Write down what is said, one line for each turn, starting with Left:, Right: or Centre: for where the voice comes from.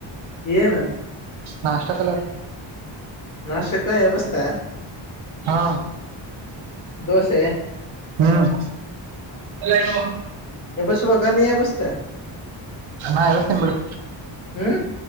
Left: ಏನು.
Right: ನಾಷ್ಟಕಲ.
Left: ನಾಷ್ಟಕ ಎಬ್ಬಿಸ್ದೆ
Right: ಹಾ
Left: ದೋಸೆ
Right: ಹ್ಮ್. ಎಲ್ಲ.
Left: ಎಬ್ಬಿಸಬೇಕಾ ನೀ ಎಬ್ಬಿಸ್ತಿಯ.
Right: ನಾ ಎಬ್ಬಿಸ್ತಿನ್ ಬಿಡು,
Left: ಹ್ಮ್